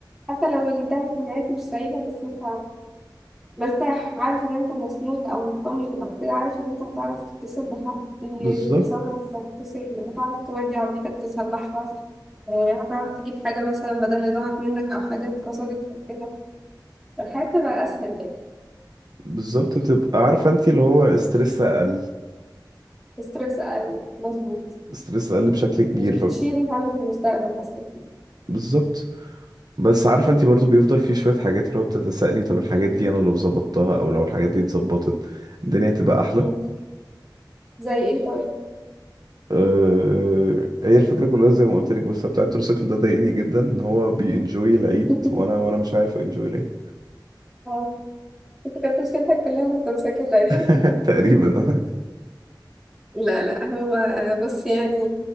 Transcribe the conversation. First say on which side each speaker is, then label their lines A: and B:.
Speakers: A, in the centre; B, on the right.
A: حتى لو انتهت نهاية مش سعيدة بس انت مرتاح عارف ان انت مسنود او مطمن او كده عارف ان انت هتعرف تتصل بحد يتصرف
B: بالظبط
A: هتتصل هتعرف تودي عربيتك تصلحها آه، هتعرف تجيب حاجة مثلا بدل اللي ضاعت منك أو حاجة اتكسرت أو كده الحياة تبقى أسهل يعني
B: بالظبط بتبقى عارفة انت اللي هو استرس اقل
A: ستريس أقل مظبوط
B: استرس اقل بشكل كبير
A: مش بتشيل
B: ف...
A: هم المستقبل أصلا
B: بالظبط بس عارفه انت برضو بيفضل في شويه حاجات اللي هو بتتسائلي طب الحاجات دي انا لو ظبطتها او لو الحاجات دي اتظبطت الدنيا هتبقى احلى
A: مم. زي إيه طيب؟
B: أه... هي الفكره كلها زي ما قلت لك بس بتاع التروسيكل ده ضايقني جدا ان هو بينجوي العيد
A: <laughs>
B: وانا وانا مش عارف انجوي العيد
A: اه أنت كانت مشكلتك كلها في التمساك تقريبا
B: <laughs> تقريبا اه
A: لا لا هو بص يعني